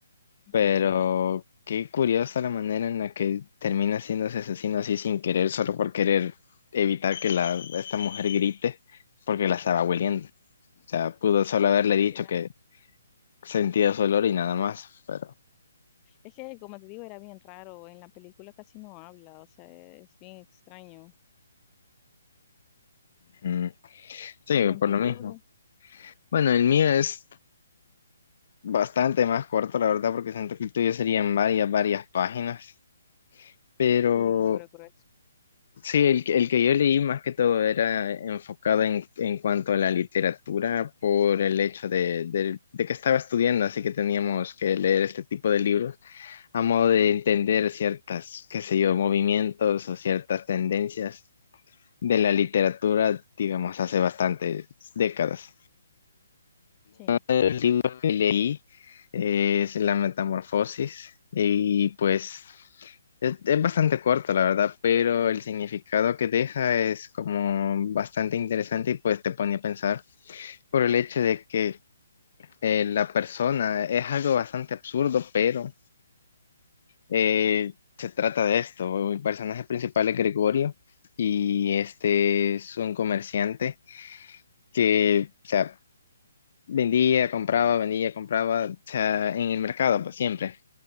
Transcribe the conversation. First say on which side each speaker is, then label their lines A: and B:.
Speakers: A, on the left (about 25°); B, on the left (about 55°).
A: Ujú.
B: Pero qué curiosa la manera en la que termina siendo ese asesino así sin querer, solo por querer evitar que la, esta mujer grite porque la estaba hueliendo. O sea, pudo solo haberle dicho
A: Ya.
B: que sentía su olor y nada más. Pero
A: Es que, como te digo, era bien raro. En la película casi no habla, o sea, es bien extraño.
B: mm, sí,
A: Y en
B: por
A: tu
B: lo
A: libro,
B: mismo. Bueno, el mío es bastante más corto, la verdad, porque siento que el tuyo serían varias, varias páginas, pero
A: sí, el libro grueso.
B: sí, el, que- el que yo leí más que todo era enfocado en, en cuanto a la literatura por el hecho de, de- de que estaba estudiando, así que teníamos que leer este tipo de libros a modo de entender ciertas, qué sé yo, movimientos o ciertas tendencias de la literatura, digamos, hace bastantes décadas.
A: Sí,
B: de los libros que leí eh, es La Metamorfosis y pues es, es bastante corto, la verdad, pero el significado que deja es como bastante interesante y pues te pone a pensar por el hecho de que eh, la persona es algo bastante absurdo, pero eh, se trata de esto. El personaje principal es Gregorio y este es un comerciante que, o sea, vendía, compraba, vendía, compraba, o sea, en el mercado, pues siempre.